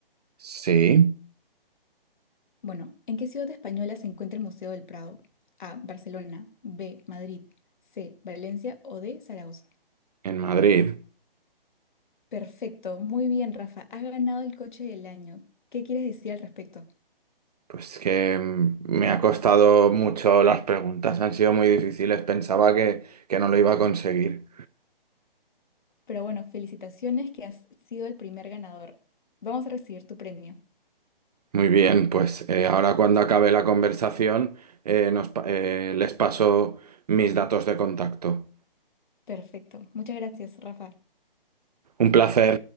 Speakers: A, on the right (about 45°); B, on the left (about 55°).
A: Sí,
B: Bueno, ¿en qué ciudad española se encuentra el Museo del Prado? A. Barcelona. B. Madrid. C. Valencia o D. Zaragoza.
A: en Madrid.
B: Perfecto, muy bien, Rafa. Has ganado el coche del año. ¿Qué quieres decir al respecto?
A: Pues que mm, me ha costado mucho las preguntas, han sido muy difíciles. Pensaba que, que no lo iba a conseguir.
B: Pero bueno, felicitaciones que has sido el primer ganador. Vamos a recibir tu premio.
A: Muy bien, pues eh, ahora cuando acabe la conversación, eh, nos pa- eh, les paso mis datos de contacto.
B: Perfecto. Muchas gracias, Rafa.
A: Un placer.